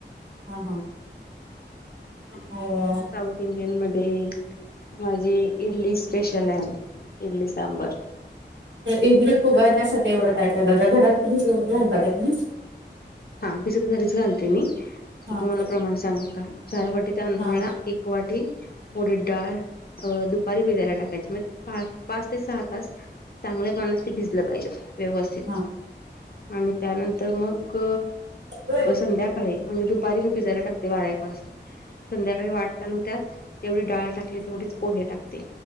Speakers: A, on the right; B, on the left.
A: हा हा हो
B: साऊथ इंडियन मध्ये माझी इडली स्पेशल आहे इडली सांबर
A: इडली फुगवण्यासाठी एवढं काय काय घालता घरात भिजत घालत का तुम्ही
B: हा भिजत घरीच घालते मी
A: हा
B: तुम्हाला प्रमाण सांगू का चार वाटी तांदूळला
A: हा
B: एक एक वाटी उडीड डाळ अ दुपारी भिजायला टाकायची म्हणजे पाच पाच ते सहा तास चांगल्या पाण्यात ते भिजलं पाहिजेत व्यवस्थित
A: हा
B: आणि त्यानंतर मग
A: हा
B: संध्याकाळी म्हणजे दुपारी मी भिजायला टाकते बारा एक वाजता संध्याकाळी वाट ताना त्यात जेवढी डाळ टाकली तेवढीच पोहे टाकते